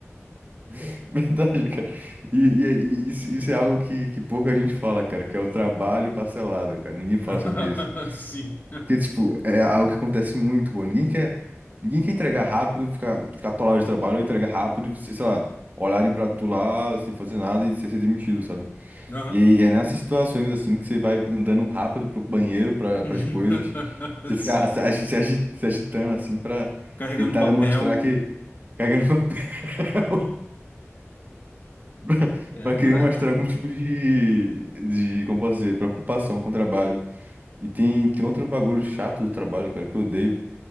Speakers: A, on the right; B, on the left.
A: <laughs> Verdade, cara. E, e- é, e isso, isso é algo que, que pouca gente fala, cara, que é o trabalho parcelado, cara. Ninguém fala
B: <laughs>
A: sobre isso.
B: Sim.
A: Porque, tipo, é algo que acontece muito, pô. Ninguém quer, ninguém quer entregar rápido, ficar, ficar atolado de trabalho, ou entregar rápido, e você, sei lá, olharem pra tu lá sem fazer nada e você ser demitido, sabe?
B: Aham.
A: E aí é nessas situações, assim, que você vai andando rápido pro banheiro, pra,
B: <laughs>
A: pras coisas, você fica
B: Sim.
A: se, agi- se agi- se agitando, assim, pra
B: Carregando
A: tentar
B: papel.
A: demonstrar que
B: <laughs>
A: cagando papel. <laughs>
B: É,
A: para querer
B: moleque.
A: mostrar algum tipo de, de, como posso dizer, preocupação com o trabalho. E tem, tem outro bagulho chato do trabalho, cara, que eu odeio,